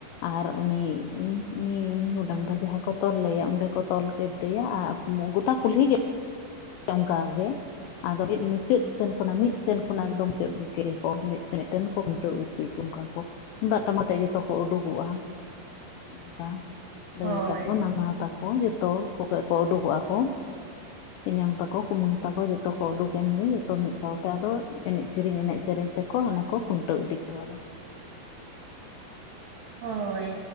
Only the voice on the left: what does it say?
ᱟᱨ ᱩᱱᱤ ᱩᱱᱤ ᱢᱤᱦᱩ ᱰᱟᱝᱨᱟ ᱡᱟᱦᱟᱸᱭ ᱠᱚ ᱛᱚᱞ ᱞᱮᱭᱟ ᱚᱸᱰᱮ ᱠᱚ ᱛᱚᱞ ᱠᱮᱫᱮᱭᱟ ᱟᱨ ᱜᱚᱴᱟ ᱠᱩᱞᱦᱤ ᱜᱮ ᱚᱝᱠᱟ ᱜᱮ ᱟᱫᱚ ᱢᱤᱫ ᱢᱩᱪᱟᱹᱫ ᱥᱮᱱ ᱠᱷᱚᱱᱟᱜ ᱢᱤᱫ ᱥᱮᱱ ᱠᱷᱚᱱᱟᱜ ᱮᱫᱚᱢ <inaudible> ᱢᱤᱫ ᱴᱮᱱ ᱢᱤᱫ ᱴᱮᱱ ᱠᱚ ᱠᱷᱩᱱᱴᱟᱹᱣ ᱫᱤᱭᱮ ᱠᱚ ᱚᱝᱠᱟ ᱠᱚ ᱛᱩᱢᱫᱟᱜ ᱴᱟᱢᱟᱠ ᱛᱮ ᱡᱚᱛᱚ ᱠᱚ ᱩᱰᱩᱠᱚᱜᱼᱟ ᱚᱝᱠᱟ ᱫᱟᱹᱭ
ᱛᱟᱠᱚ ᱱᱟᱱᱟ ᱛᱟᱠᱚ ᱡᱚᱛᱚ ᱠᱚ ᱜᱮ ᱠᱚ ᱩᱰᱩᱠᱚᱜᱼᱟ ᱠᱚ᱾ ᱛᱮᱧᱟᱝ ᱛᱟᱠᱚ ᱠᱩᱢᱟᱹᱝ ᱛᱟᱠᱚ ᱡᱚᱛᱚ ᱠᱚ ᱩᱰᱩᱠᱮᱱ ᱜᱮ ᱡᱚᱛᱚ ᱢᱤᱫ ᱥᱟᱶᱛᱮ ᱟᱫᱚ ᱮᱱᱮᱡ ᱥᱮᱨᱮᱧ ᱮᱱᱮᱡ ᱥᱮᱨᱮᱧ ᱛᱮᱠᱚ ᱦᱟᱱᱮ ᱠᱚ ᱠᱷᱩᱱᱴᱟᱹᱣ ᱤᱫᱤ ᱠᱚᱣᱟ ᱟᱫᱚ।